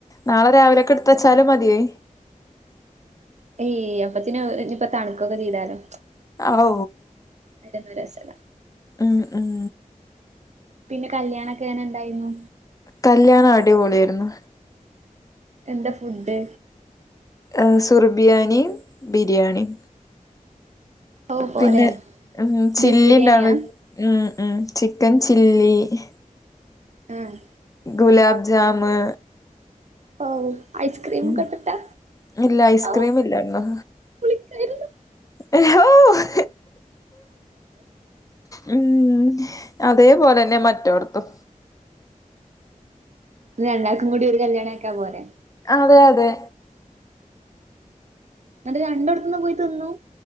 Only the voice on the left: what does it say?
നാളെ രാവിലെക്ക്
ഇട്ത്ത്
വെച്ചാലും
മതിയെ
അആൂ
ഉം ഉം
കല്യാണം അടിപൊളിയായിരുന്നു
ഏ് സുർബിയാനിം ബിരിയാണിം
പിന്നെ ഉം ചില്ലി
ഇണ്ടായിര്ന്നു ഉം ഉംചിക്കൻ ചില്ലി-
ഗുലാബ് ജാമ്
ഉം
ഇല്ല ഐസ്ക്രീം
ഇല്ലായിരുന്നു
എ ഹോഹ്ഹ്- ഉം അതേപോലെന്നെ മറ്റോട്ത്തും
അതെ അതെ